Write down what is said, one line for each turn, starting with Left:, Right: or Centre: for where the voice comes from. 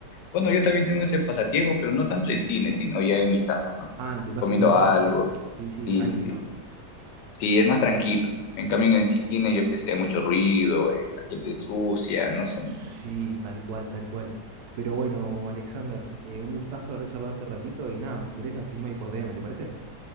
Left: Bueno, yo también tengo ese pasatiempo, pero no tanto en cine, sino ya en mi casa, ¿no?
Right: Ah, en tu caso
Left: Comiendo
Right: te gusta,
Left: algo.
Right: sí, sí,
Left: Sí,
Right: tranqui,
Left: sí.
Right: ¿no?
Left: Sí, es más tranquilo. En cambio, en el cine yo que sé, mucho ruido, eh, la gente sucia, no sé.
Right: Sí, tal cual, tal cual. Pero bueno, Alexander, eh, un gustazo haber charlado este ratito y nada, si querés la seguimos ahí por DM, ¿te parece?